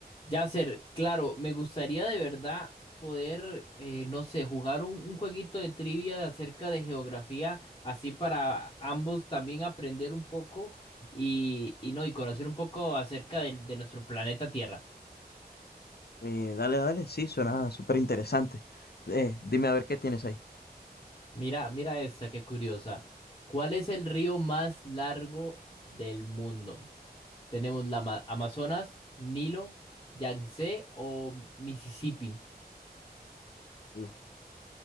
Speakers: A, on the left (about 25°); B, on the left (about 70°).
A: Yasser, claro, me gustaría de verdad poder, eh, no sé, jugar un, un jueguito de trivia acerca de geografía, así para ambos también aprender un poco y, y no, y conocer un poco acerca del- de, nuestro planeta Tierra.
B: Eh, dale, dale, sí, suena súper interesante. Eh, dime a ver qué tienes ahí.
A: Mira, mira esta, qué curiosa. ¿Cuál es el río más largo del mundo? Tenemos la Ama- Amazonas, Nilo, Yangtze o Mississippi.
B: Uh,